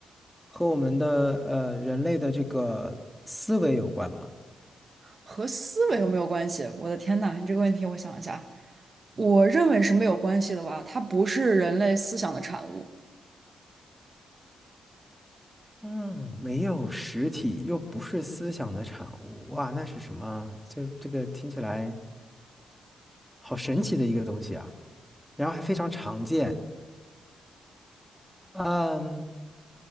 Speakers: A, in the centre; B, on the right.
A: 和我们的呃人类的这个思维有关吗？
B: 和思维有没有关系？我的天呐，你这个问题我想一下，我认为是没有关系的吧，它不是人类思想的产物。
A: 嗯，没有实体，又不是思想的产物。哇，那是什么？就这个听起来好神奇的一个东西啊！然后还非常常见。嗯，